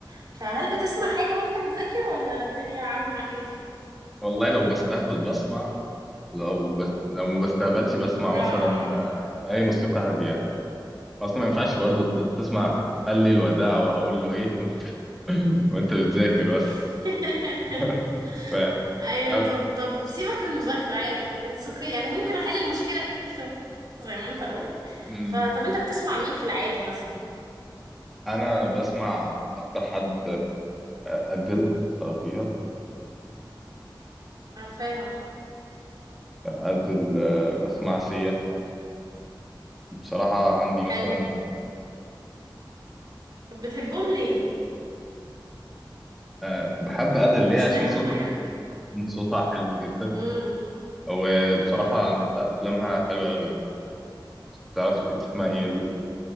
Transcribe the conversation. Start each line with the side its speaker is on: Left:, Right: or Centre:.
Right: فهل بتسمع حاجه وانت بتذاكر ولا الدنيا عامله معاك ايه
Centre: والله لو بستهبل بسمع لو بس لو ما بستهبلش بسمع
Right: اه
Centre: مثلا آه، اي موسيقى هادية يعني اصلا ما ينفعش برضه ت- تسمع قال لي الوداع وهقول له ايه <laughs> وانت بتذاكر
Right: <laughs>
Centre: بس <laughs> ف...
Right: ايوه
Centre: ف-
Right: طب طب سيبك من المذاكره عادي اتس اوكي يعني ممكن احل المشكله دي زي ما انت قلت
Centre: مم.
Right: فطب انت بتسمع مين في العادي مثلا
Centre: انا بسمع اكتر حد ادل فيها
Right: عارفاهم
Centre: ادل آه، بسمع سيا بصراحة عندي
Right: حلو
Centre: مثلا
Right: طب بتحبهم ليه
Centre: أه بحب أدل ليه
Right: اشمعنى
Centre: عشان صوت
Right: هم يعني
Centre: عشان صوتها حلو جدا
Right: امم
Centre: وبصراحة
Right: امم
Centre: عند أفلامها حلوة أوي يعني تعرفي اسمها إيه ال-